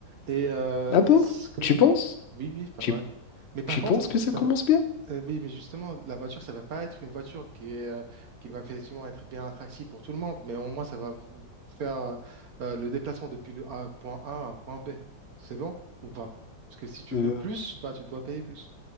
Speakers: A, on the right; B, on the left.
A: Et euh,
B: Ah
A: est-ce
B: bon?
A: que
B: Tu
A: oui,
B: penses?
A: oui, oui, pas
B: Tu,
A: mal. Mais par
B: tu
A: contre,
B: penses que
A: ça,
B: ça commence bien?
A: Euh, oui, mais justement, la voiture, ça va pas être une voiture qui est, euh, qui va effectivement être bien attractive pour tout le monde, mais au moins, ça va vous faire euh, euh, le déplacement depuis le A- point A à un point B. C'est bon ou pas? Parce que si tu
B: Euh,
A: veux plus, bah, tu dois payer plus.